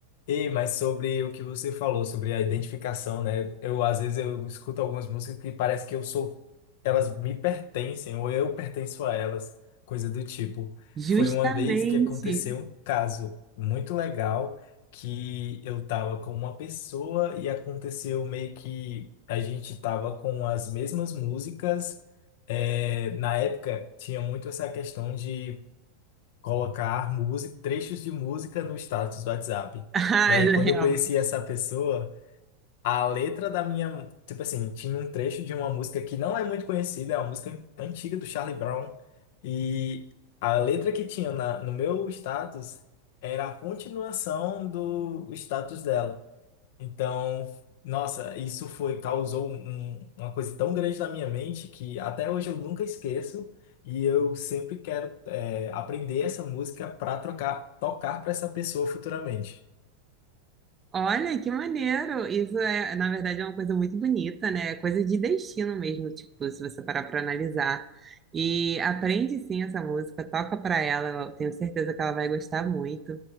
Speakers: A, on the left; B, on the right.
A: E, mas sobre o que você falou, sobre a identificação, né? Eu, às vezes, eu escuto algumas músicas que parece que eu sou... Elas me pertencem, ou eu pertenço a elas, coisa do tipo.
B: Justamente.
A: Foi uma vez que aconteceu
B: <laughs>
A: um caso muito legal, que eu tava com uma pessoa e aconteceu meio que a gente tava com as mesmas músicas. É, na época, tinha muito essa questão de colocar música, trechos de música no status do WhatsApp.
B: Ah,
A: E aí,
B: eu lembro.
A: quando eu conheci essa pessoa, a letra da minha, tipo assim, tinha um trecho de uma música que não é muito conhecida, é uma música antiga do Charlie Brown, e a letra que tinha na, no meu status era a continuação do status dela. Então, nossa, isso foi, causou um- uma coisa tão grande na minha mente que até hoje eu nunca esqueço e eu sempre quero é, aprender essa música para trocar, tocar para essa pessoa futuramente.
B: Olha, que maneiro! Isso é, na verdade, é uma coisa muito bonita, né? É Coisa de destino mesmo, tipo, se você parar para analisar. E aprende sim essa música, toca para ela, eu tenho certeza que ela vai gostar muito.